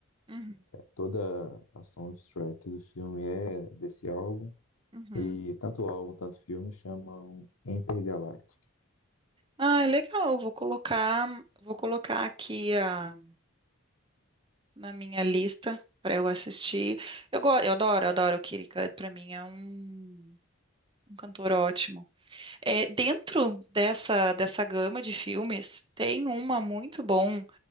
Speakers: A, on the right; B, on the left.
A: uhum,
B: Toda a soundtrack do filme é desse álbum.
A: uhum.
B: E tanto o álbum, tanto o filme chamam Intergalactic.
A: Ah, legal. Vou colocar, vou colocar aqui ah, na minha lista para eu assistir. Eu, go- eu adoro, adoro o Kid Cudi. Para mim é um, um cantor ótimo. É, dentro dessa, dessa gama de filmes, tem uma muito bom